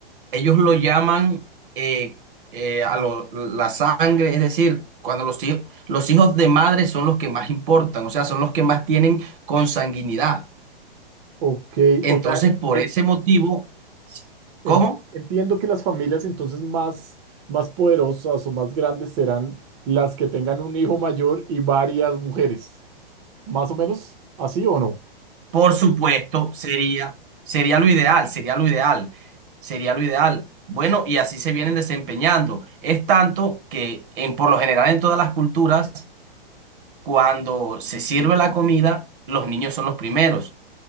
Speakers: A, on the right; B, on the right.
A: ellos lo llaman eh, eh, a lo- la sangre, es decir, cuando los hijos, los hijos de madre son los que más importan, o sea, son los que más tienen consanguinidad.
B: ok,
A: Entonces,
B: o sea.
A: por
B: En
A: ese motivo,
B: En-
A: ¿cómo?
B: Entiendo que las familias entonces más, más poderosas o más grandes serán las que tengan un hijo mayor y varias mujeres. ¿Más o menos así o no?
A: Por supuesto, sería, sería lo ideal, sería lo ideal, sería lo ideal. Bueno, y así se vienen desempeñando. Es tanto que en, por lo general en todas las culturas, cuando se sirve la comida, los niños son los primeros